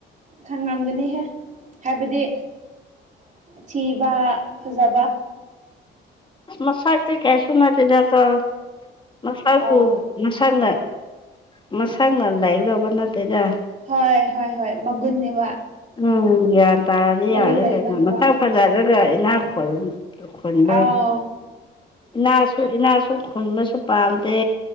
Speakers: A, on the right; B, on the left.
A: ꯈꯪꯂꯝꯒꯅꯤꯍꯦ ꯍꯥꯏꯕꯗꯤ ꯊꯤꯕ ꯐꯖꯥ
B: ꯑ ꯃꯁꯥꯛꯗꯤ ꯀꯥꯏꯁꯨ ꯅꯠꯇꯗꯀ ꯃꯁꯥꯛꯕꯨ
A: ꯑ
B: ꯃꯁꯥꯅ ꯃꯁꯥꯅ ꯂꯥꯏꯔꯤꯛ ꯇꯧꯕ ꯅꯠꯇꯦꯗ
A: ꯍꯣꯏ ꯍꯣꯏ ꯍꯣꯏ ꯃꯒꯨꯟꯅꯦꯕ
B: ꯎꯝ ꯒ꯭ꯌꯥꯟ ꯇꯥꯗꯤ
A: ꯃꯒꯨꯟ
B: ꯌꯥꯔꯦ
A: ꯂꯩꯕ
B: ꯀꯩꯅꯣ
A: ꯅꯨꯄꯥ
B: ꯃꯊꯛ ꯐꯖꯔꯒ ꯏꯅꯥꯛ ꯈꯨꯣꯜ ꯈꯨꯟꯕ
A: ꯑꯥꯎ
B: ꯏꯅꯥꯁꯨ ꯏꯅꯥꯁꯨ ꯈꯨꯟꯕꯁꯨ ꯄꯥꯝꯗꯦ